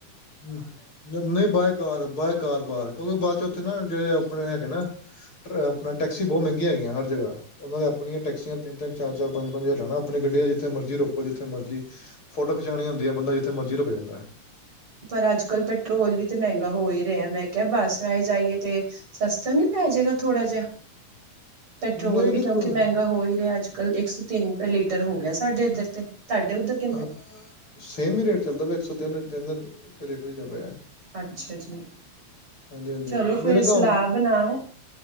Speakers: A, on the left (about 45°); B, on the right (about 45°).
A: ਹੂੰ, ਨਈ ਬਾਏ ਕਾਰ, ਬਾਏ ਕਾਰ ਬਾਰ ਕਿਉਂਕਿ ਬਾਦ ਚ ਉੱਥੇ ਨਾ ਜੇੜੇ ਆਪਨੇ ਹੈਗੇ ਨਾ, ਆਪਨਾ ਟੈਕਸੀ ਬੋਤ ਮੈਂਗੀਆਂ ਹੈਗੀਆਂ ਹਰ ਜਗਾ ਓਨਾ ਦੇ ਆਪਨੀਆ ਟੈਕਸੀਆਂ ਤਿੰਨ-ਤਿੰਨ, ਚਾਰ ਚਾਰ, ਪੰਜ-ਪੰਜ ਜ਼ਾਰ ਲੈਨਾ ਆਪਨੀ ਗੱਡੀ ਦਾ, ਜਿਥੇ ਮਰਜ਼ੀ ਰੋਕੋ, ਜਿਥੇ ਮਰਜ਼ੀ ਫੋਟੋ ਖਿਚਾਨੀ ਹੁੰਦੀ ਏ ਬੰਦਾ, ਜਿੱਥੇ ਮਰਜ਼ੀ ਰੁਕ ਜਾਂਦਾ। <inaudible>
B: ਪਰ ਅੱਜ-ਕੱਲ ਪੈਟਰੋਲ ਵੀ ਤੇ ਮੈਂਗਾ ਹੋ ਈ ਰਿਆ, ਮੈ ਕਿਆ ਬੱਸ ਆਏ-ਜਾਈਏ ਤੇ ਸਸਤਾ ਨੀ ਪੈਜੇਗਾ ਥੋੜਾ ਜਿਆ।
A: <unintelligible>
B: ਪੈਟਰੋਲ
A: ਨਹੀਂ
B: ਵੀ
A: ਨਹੀਂ
B: ਕਿਉਂਕਿ
A: ਕੋਈ
B: ਮਹਿੰਗਾ ਹੋ ਹੀ ਰਿਹਾ, ਅੱਜ-ਕੱਲ੍ਹ ਇੱਕ ਸੌ ਤਿੰਨ ਰੁਪਏ ਲੀਟਰ ਹੋ ਗਿਆ ਸਾਡੇ ਇੱਧਰ ਤੇ ਤੁਹਾਡੇ ਉੱਧਰ ਕਿੰਨੇ
A: ਹ ਸੇਮ ਹੀ ਰੇਟ ਚੱਲਦਾ ਪਿਆ, ਇੱਕ ਸੌ ਤਿੰਨ-ਤਿੰਨ ਚ
B: ਅੱਛਾ ਜੀ
A: ਹਾਂਜੀ-ਹਾਂਜੀ
B: ਚਲੋ ਫਿਰ
A: ਮੇਰੇ ਹਿਸਾਬ
B: ਸਲਾਹ ਬਣਾਓ